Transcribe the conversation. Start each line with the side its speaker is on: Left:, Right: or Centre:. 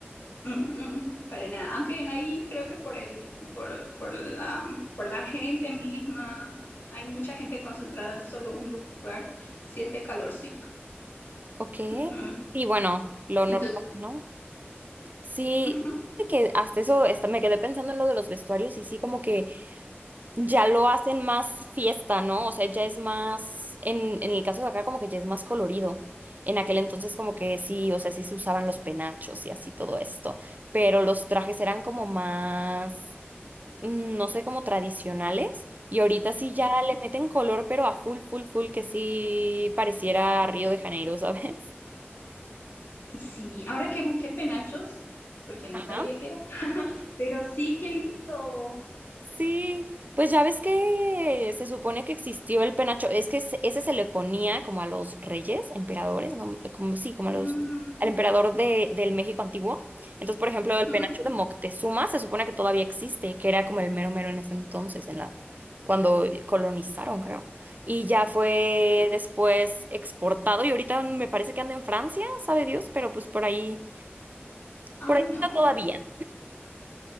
Left: Mm, mm, mm, para nada. Aunque en ahí creo que por el, por, por la, por la gente misma, hay mucha gente concentrada en solo un lugar, sí hace calorcito.
Right: Ok,
Left: Ujú.
Right: sí, bueno, lo
Left: Entonces,
Right: normal, ¿no? Sí,
Left: ujú.
Right: de que hasta eso hasta me quedé pensando en lo de los vestuarios y sí, como que ya lo hacen más fiesta, ¿no? O sea, ya es más, en, en el caso de acá, como que ya es más colorido. En aquel entonces como que sí, o sea, sí se usaban los penachos y así todo esto, pero los trajes eran como más mm, no sé, como tradicionales. Y ahorita sí ya le meten color, pero a full, full, full, que sí pareciera Río de Janeiro, <laughs> ¿sabes?
Left: Sí, ahora que busqué penachos, porque no
Right: ajá
Left: sabía qué era, pero sí, qué lindo.
Right: Sí, pues ya ves que se supone que existió el penacho, es que se- ese se le ponía como a los reyes, emperadores, ¿no? Como sí, como a los
Left: Mm,
Right: al emperador de, del México antiguo. Entonces, por ejemplo,
Left: ujú.
Right: el penacho de Moctezuma se supone que todavía existe, que era como el mero mero en ese entonces, en la cuando colonizaron, creo. Y ya fue después exportado y ahorita me parece que anda en Francia, sabe Dios, pero pues por ahí,
Left: Ay,
Right: por ahí
Left: no.
Right: está todavía.